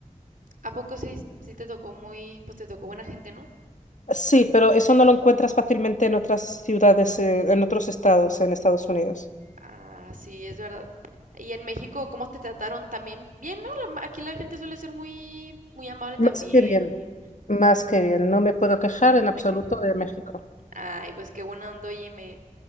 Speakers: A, on the right; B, on the left.
A: ¿A poco sí, sí te tocó muy, pues te tocó buena gente, ¿no?
B: Sí, pero eso no lo encuentras fácilmente en otras ciudades, eh, en otros estados, en Estados Unidos.
A: Ah, sí, es verdad. Y en México, ¿cómo te trataron también? Bien, ¿no? La- aquí la gente suele ser muy, muy amable también,
B: Más que bien,
A: muy,
B: más que bien. No me puedo quejar en
A: no te
B: absoluto
A: quejes.
B: de México.
A: Ay, pues qué buena onda, oye, me,